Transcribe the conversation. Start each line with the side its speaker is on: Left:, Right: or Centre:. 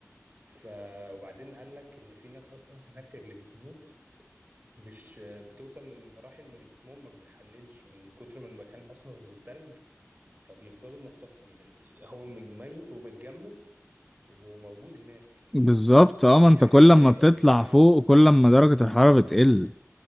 Right: ف وبعدين قال لك ان في ناس اصلا هناك اللي بتموت مش بتوصل لمراحل ان جسمهم ما بيتحللش من كتر ما المكان اصلا تلج فبيفضلوا محتف يعني هو ميت ومتجمد وموجود هناك فاهم
Centre: بالظبط
Right: فاصلا
Centre: اه ما انت
Right: دي حاجات
Centre: كل
Right: مرعبه
Centre: ما بتطلع
Right: بس انا
Centre: فوق كل ما درجة الحرارة بتقل